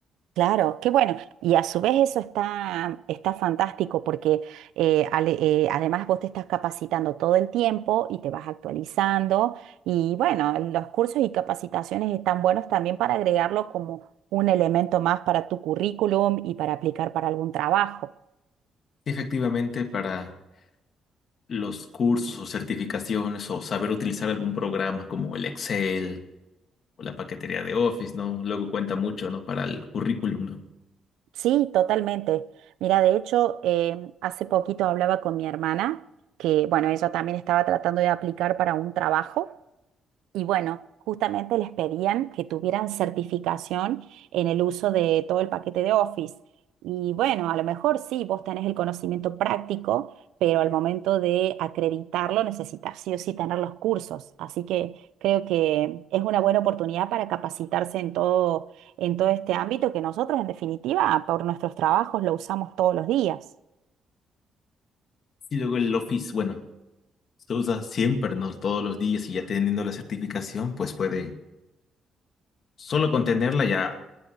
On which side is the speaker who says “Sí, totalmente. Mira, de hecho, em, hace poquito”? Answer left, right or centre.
Right